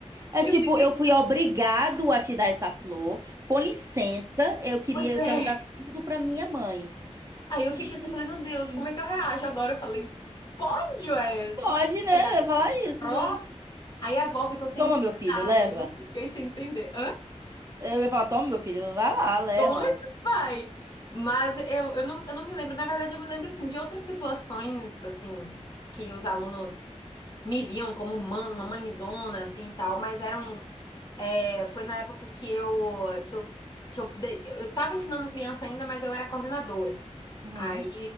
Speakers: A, on the right (about 25°); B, on the left (about 35°).
A: É
B: Eu
A: tipo,
B: fiquei,
A: eu fui obrigado a te dar essa flor. Com licença, eu queria,
B: pois
A: eu
B: é.
A: quero dar tudo para minha mãe.
B: Aí eu
A: Gente,
B: fiquei assim, eu falei, meu Deus, como é que eu reajo agora? Eu falei, pode, Wes,
A: pode,
B: mas você
A: né?
B: não vai dar
A: Eu ia falar
B: pra
A: isso.
B: Pró?
A: né?
B: Aí a avó ficou sem
A: Toma,
B: entender
A: meu filho,
B: nada
A: leva.
B: e eu fiquei sem entender.
A: Eu ia falar, toma, meu filho, vai lá, leva.
B: Toma e vai. Mas eu, eu, não, eu não me lembro. Na verdade, eu me lembro, assim, de outras situações, assim, que os alunos me viam como mãe, uma mãezona, assim, e tal. Mas eram... é, foi na época que eu... Que eu que eu, de- eu tava ensinando criança ainda, mas eu era coordenadora.
A: Uhum.
B: Aí